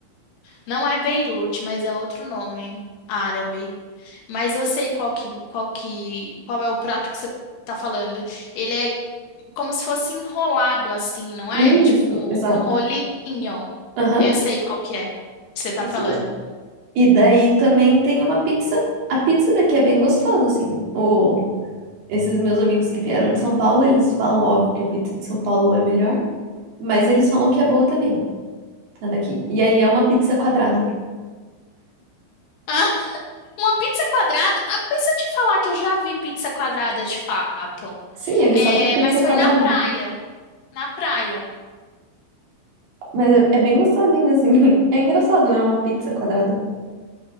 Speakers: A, on the left; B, on the right.
A: Não é Beirute, mas é outro nome árabe. Mas eu sei qual que, qual que, qual é o prato que você tá falando. Ele é como se fosse enrolado assim, não é?
B: Isso,
A: É Tipo
B: exato.
A: um rolinho.
B: Aham,
A: Eu sei qual que é que você tá
B: é isso
A: falando.
B: mesmo. E daí também tem uma pizza. A pizza daqui é bem gostosa, assim. O... Esses meus amigos que vieram de São Paulo, eles falam, óbvio, que a pizza de São Paulo é melhor, mas eles falam que é boa também, a daqui. E aí é uma pizza quadrada.
A: Ah, uma pizza quadrada? Ah, mas se eu te falar que eu já vi pizza quadrada de fato.
B: Sim, eles
A: É,
B: só tem pizza
A: mas
B: quadrada.
A: foi na praia. Na praia.
B: Mas é, é bem gostosinho, assim. <laughs> É engraçado, né? Uma pizza quadrada.